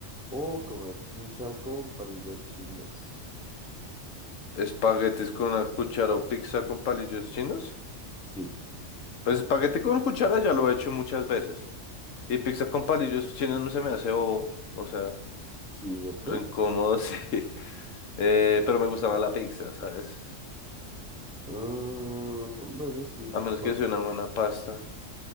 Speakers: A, in the centre; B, on the left (about 80°).
A: o comer pizza con palillos chinos.
B: Espaguetis con una cuchara o pizza con palillos chinos.
A: Sí,
B: Pues espagueti con cuchara ya lo he hecho muchas veces. Y pizza con palillos chinos no se me hace bobo, o sea,
A: sí, ¿cierto?
B: re incómodo, <laughs> sí. Eh, pero me gusta más la pizza, ¿sabes?
A: Ah, bueno, sí,
B: A
A: comparto.
B: menos que sea una buena pasta.